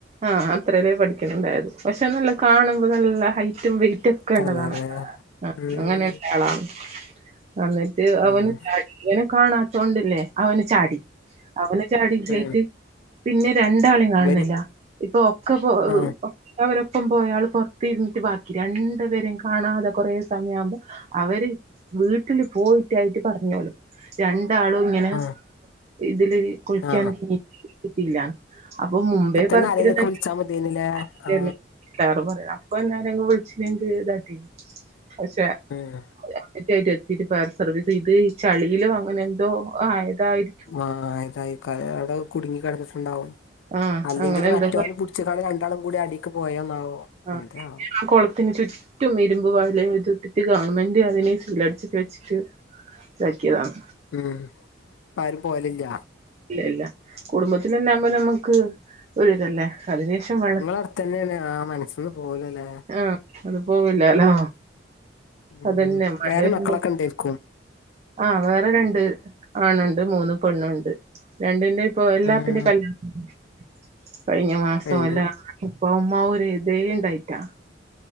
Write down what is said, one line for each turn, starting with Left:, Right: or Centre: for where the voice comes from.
Right: ആഹ് അത്രല് പഠിക്കണുണ്ടായിരുന്നു പക്ഷെ നല്ല കാണുമ്പോ നല്ല ഹൈറ്റും വെയി റ്റുംഒകെണ്ടതാണ്
Left: തലേ
Right: അഹ്
Left: ഉം
Right: അങ്ങനെള്ള ആളാണ് അന്നിട്ട്
Left: ഉം
Right: അവൻ ചാടി ഇവനെ കാണാത്തോണ്ടല്ലേ? അവന് ചാടി. അവന് ചാടി <unintelligible> പോയിട്ട്
Left: ഉം
Right: പിന്നെ രണ്ടാളെയും കാണുന്നില്ല
Left: ഇവന്
Right: ഇപ്പൊ ഒക്കെ പോ
Left: ആ
Right: <unintelligible> അവരൊപ്പം പോയാള് പുറത്തിരുന്നിട്ട് ബാക്കി രണ്ടുപേരും കാണാതെ കുറേ സമയം ആവുമ്പോം അവര് വീട്ടില് പോയിട്ടായിട്ട് പറഞ്ഞോലും. രണ്ടാളും ഇങ്ങനെ
Left: ആ
Right: ഇതില് രി കുളിക്കാനിറങ്ങി.
Left: ആ
Right: ഇല്ല അപ്പൊ മുമ്പേ
Left: തന്നെ
Right: പറഞ്ഞിരുന്നെകിൽ.
Left: ആരേലൊക്കെ വിളിച്ചാ മതിയേനില്ലേ
Right: <unintelligible>
Left: ആ
Right: കുട്ട്യാള് <unintelligible> പറയാ അപ്പോ ന്നാരേയും അങ്ങ് വിളിച്ചങ്ങട്ടാങ്കീ പക്ഷെ.
Left: ഉം
Right: <unintelligible> കൃത്യമായിട് എത്തിട്ട് ഫയർ സർവീസ് ഇത് ഈ ചളിയിലും അങ്ങനെ എന്തോ ആയാതായിരിക്കും.
Left: ആഹ് അതായികാ അവിടെ കുടുങ്ങി കിടന്നട്ടുണ്ടാവും
Right: ആഹ്
Left: അല്ലെങ്കിൽ
Right: അങ്ങനെ എന്തോ
Left: മറ്റൊന് പുടി ച്ചുങാണ്ട് രണ്ടാളും കൂടി അടിക്ക് പോയോന്നാവോ.?
Right: ആഹ്
Left: എന്തേ
Right: പിന്നി
Left: ആവോ
Right: ആ കൊള് ത്തിന് ചുറ്റും ഇരുമ്പ് വലയം ഇട്ടിട്ട് ഗവൺമെന്റ് അതിനെ സീലടിച്ചിട്ട് വെച്ചിട്ട്. ണ്ടാക്കിയതാണ്
Left: ഉം പ്പ ആരും പോവലില്ല.
Right: ഇല്ല ഇല്ല കുടുംബത്തിലന്നെ ആകുമ്പോ നമ്മക്ക് ഒരു ഇതല്ലേ. അതിന് ശേഷം വ
Left: നിങ്ങള അടുത്ത ന്നെയാണ് ആ മനസ്സിന്ന് പോവുലല്ലേ?
Right: ആഹ് അത് പോവില്ലാലോ
Left: ഉം
Right: അത് ന്നെ മഴ
Left: വേറെ
Right: വരുമ്പോ...
Left: മക്കളൊക്കെ ഉണ്ടായിരിക്കും
Right: ആ വേറെ രണ്ട് ആണുണ്ട് മൂന്ന് പെണ്ണുണ്ട് രണ്ടിന്റെം. ഇപ്പൊ എല്ലാത്തിന്റെ
Left: ഉം
Right: കല്യാണം <unintelligible> കഴിഞ്ഞ മാസം
Left: കഴിഞ്ഞു
Right: അല്ല. <unintelligible> ഉപ്പ ഉമ്മാ ഒര് ഇതേ ഇണ്ടായിട്ടാ.